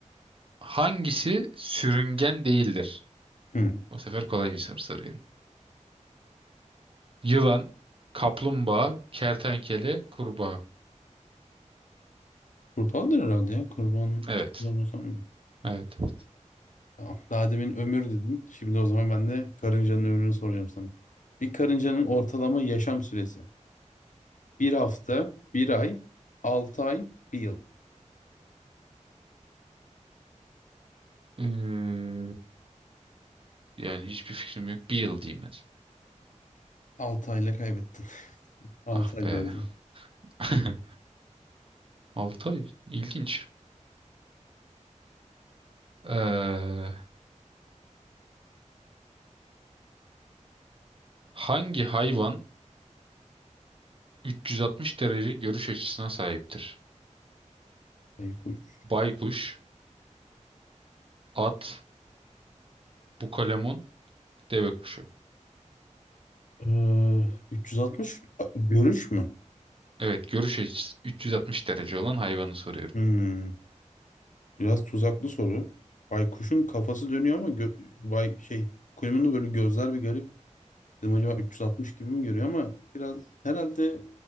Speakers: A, on the right (about 45°); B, on the left (about 80°).
A: hangisi sürüngen değildir?
B: Hmm.
A: Bu sefer kolay bir soru soruyorum. Yılan, kaplumbağa, kertenkele, kurbağa.
B: Kurbandır herhalde ya. Kurban,
A: Evet.
B: kurban olsam
A: Evet. evet.
B: Tamam. Daha demin ömür dedin. Şimdi o zaman ben de karıncanın ömrünü soracağım sana. Bir karıncanın ortalama yaşam süresi. Bir hafta, bir ay, altı ay, bir yıl.
A: Ee, yani hiçbir fikrim yok. Bir yıl diyeyim hadi.
B: Altı ayla kaybettin. <laughs> Altı
A: Ah
B: ay
A: be.
B: dördü.
A: <laughs> Altı ay. İlginç. Ee, hangi hayvan 360 derece görüş açısına sahiptir?
B: Ay kuş.
A: Baykuş, at, bukalemun, Deve kuşu.
B: Ee, 360 a- görüş mü?
A: Evet, görüş açısı 360 derece olan hayvanı soruyorum.
B: Hmm, Biraz tuzaklı soru. Baykuşun kafası dönüyor ama gö- bay şey kuyumun da böyle gözler bir garip. Dedim acaba 360 gibi mi görüyor ama biraz herhalde